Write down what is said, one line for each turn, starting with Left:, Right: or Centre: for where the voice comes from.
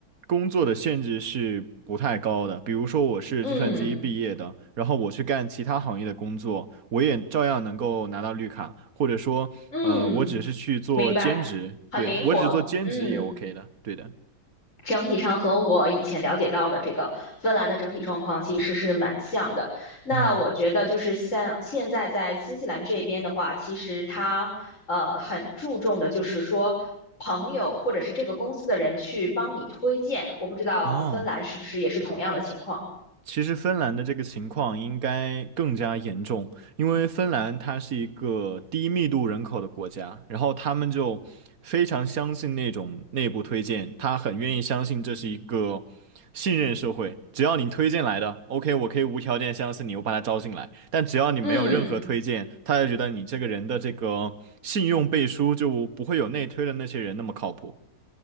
Right: 工作的限制是不太高的。比如说我是计算机毕业的，
Left: 嗯
Right: 然后我去干其他行业的工作，我也照样能够拿到绿卡，或者说，
Left: 嗯，
Right: 呃，我只是去做兼职，
Left: 明白，很灵活。
Right: 对，我只做兼职也
Left: 嗯。
Right: OK 的，对的。
Left: 整体上和我以前了解到的这个芬兰的整体状况其实是蛮像的。那我觉得就是像现在在新西兰这边的话，
Right: 嗯，
Left: 其实它呃很注重的就是说朋友或者是这个公司的人去帮你推荐。我不知道芬兰是不是也是同样的情况。
Right: 哦。其实芬兰的这个情况应该更加严重，因为芬兰它是一个低密度人口的国家，然后他们就非常相信那种内部推荐，他很愿意相信这是一个信任社会，只要你推荐来的，OK，我可以无条件相信你，我把他招进来，但只要你没有任何推荐，
Left: 嗯。
Right: 他就觉得你这个人的这个信用背书就不会有内推的那些人那么靠谱。